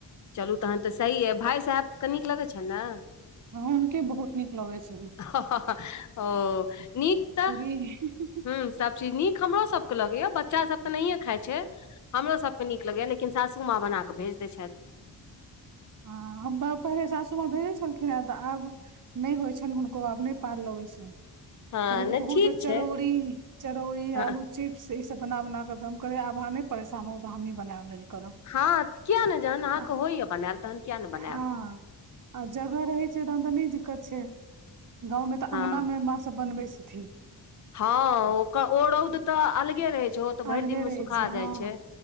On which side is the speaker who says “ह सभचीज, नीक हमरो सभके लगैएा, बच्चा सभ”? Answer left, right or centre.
Left